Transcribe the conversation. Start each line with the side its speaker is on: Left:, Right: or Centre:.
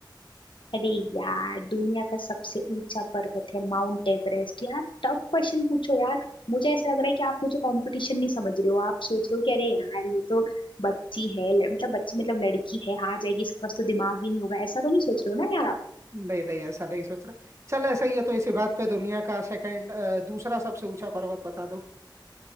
Left: अरे यार दुनिया का सबसे ऊंचा पर्वत है माउंट एवरेस्ट यार टफ क्वेश्चन पूछो
Right: <laughs>
Left: यार मुझे ऐसा लग रहा है कि आप मुझे कंपटीशन नहीं समझ रहे हो आप सोच रहे हो कि अरे यार ये तो बच्ची है ल- मतलब बच्ची मतलब लड़की है हार जाएगी इसके पास तो दिमाग ही नहीं होगा ऐसा तो नहीं सोच रहे हो ना यार आप
Right: नहीं नहीं ऐसा नहीं सोच रहा चल ऐसा ही है तो इसी बात पे दुनिया का सेकंड दूसरा सबसे ऊंचा पर्वत बता दो